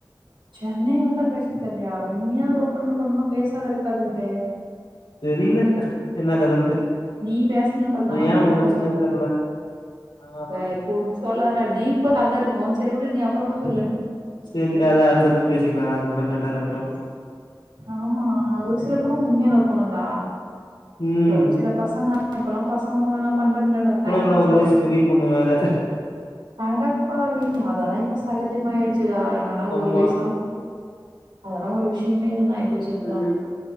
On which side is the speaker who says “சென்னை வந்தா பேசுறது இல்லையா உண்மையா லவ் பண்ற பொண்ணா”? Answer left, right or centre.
Right